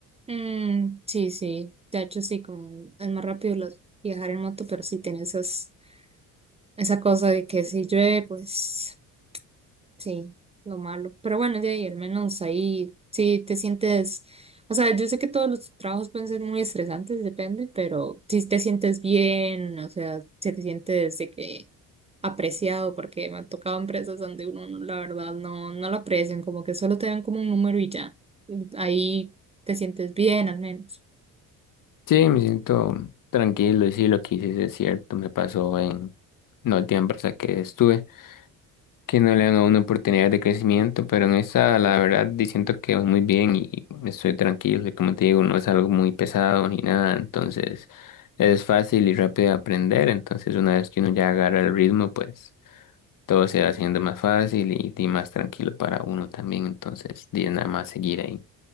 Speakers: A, on the right; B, on the left.
A: mm, sí, sí, de hecho sí, como es más rápido los- viajar en moto, pero sí tiene esas, esa cosa de que si llueve, pues Sí, lo malo. Pero bueno, de ahí al menos ahí sí te sientes, o sea, yo sé que todos los trabajos pueden ser muy estresantes, depende, pero si te sientes bien, o sea, si te sientes de que apreciado, porque me han tocado empresas donde uno, no- la verdad, no, no lo aprecian, como que solo te dan como un número y ya. Ahí te sientes bien al menos.
B: Sí, me siento tranquilo y sí, lo que hice sí es cierto, me pasó en la última empresa que estuve. que no le dan a uno oportunidades de crecimiento, pero en esa, la verdad, di- siento que voy muy bien y estoy tranquilo, y como te digo, no es algo muy pesado ni nada, entonces es fácil y rápido de aprender, entonces una vez que uno ya agarra el ritmo, pues todo se va haciendo más fácil y, y más tranquilo para uno también, entonces di, es nada más seguir ahí.